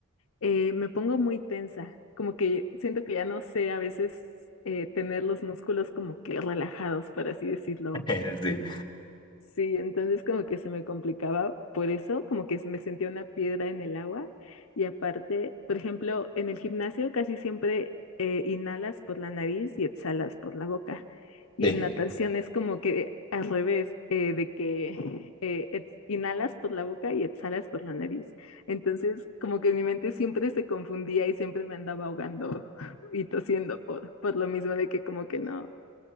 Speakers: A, on the left; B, on the left.
A: eh, me pongo muy tensa, como que siento que ya no sé a veces eh, tener los músculos como que relajados, por así decirlo.
B: <laughs> Sí,
A: Sí, entonces como que se me complicaba por eso, como que me sentía una piedra en el agua y aparte, por ejemplo, en el gimnasio casi siempre eh, inhalas por la nariz y exhalas por la boca y
B: sí.
A: en natación es como que al revés, eh, de que eh, ex- inhalas por la boca y exhalas por la nariz. Entonces como que mi mente siempre se confundía y siempre me andaba ahogando <laughs> y tosiendo por, por lo mismo de que como que no.